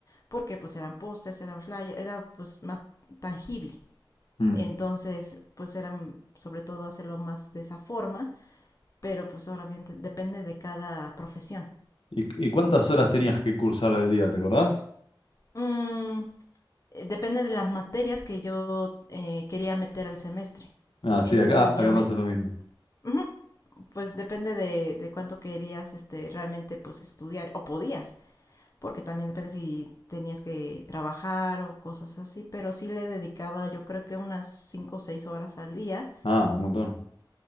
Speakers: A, on the left (about 40°); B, on the left (about 85°).
A: porque pues eran pósters, eran flyers, era pues más tangible.
B: Mm.
A: Entonces, pues eran sobre todo hacerlo más de esa forma, pero pues ahora bien te- depende de cada profesión.
B: ¿Y, y cuántas horas tenías que cursar al día, te acordás?
A: Mm, eh, depende de las materias que yo eh, quería meter al semestre.
B: Ah,
A: Entonces
B: sí, acá, acá
A: yo me
B: pasa lo mismo.
A: Ujú. Pues depende de, de cuánto querías este, realmente pues estudiar o podías, porque también depende si tenías que trabajar o cosas así, pero sí le dedicaba yo creo que unas 5 o 6 horas al día.
B: Ah, un montón.